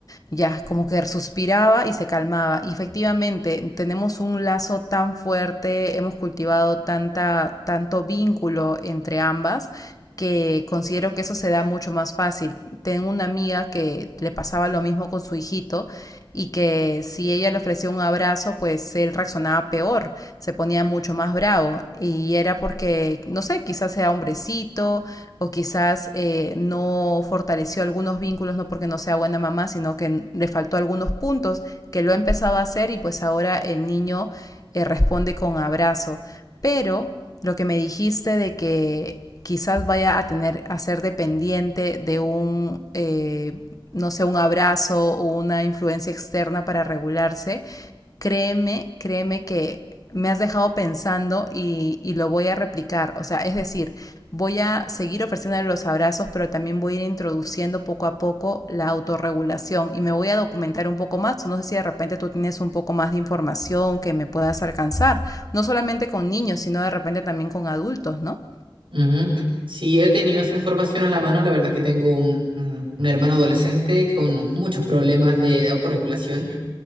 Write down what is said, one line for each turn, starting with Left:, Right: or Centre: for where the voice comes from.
Left: ya como que suspiraba y se calmaba. Y efectivamente, tenemos un lazo tan fuerte, hemos cultivado tanta, tanto vínculo entre ambas que considero que eso se da mucho más fácil. Tengo una amiga que le pasaba lo mismo con su hijito y que si ella le ofrecía un abrazo, pues él reaccionaba peor, se ponía mucho más bravo y era porque, no sé, quizás sea hombrecito o quizás eh, no fortaleció algunos vínculos, no porque no sea buena mamá, sino que le faltó algunos puntos, que lo ha empezado a hacer y pues ahora el niño eh, responde con abrazo. Pero lo que me dijiste de que quizás vaya a tener a ser dependiente de un eh, no sé un abrazo o una influencia externa para regularse créeme, créeme que me has dejado pensando y, y lo voy a replicar. O sea, es decir, voy a seguir ofreciéndole los abrazos, pero también voy a ir introduciendo poco a poco la autorregulación y me voy a documentar un poco más. No sé si de repente tú tienes un poco más de información que me puedas alcanzar, no solamente con niños, sino de repente también con adultos, ¿no?
Right: Ujú. Sí, he tenido esa información a la mano. La verdad es que tengo un, un- un hermano adolescente con muchos problemas de, autorregulación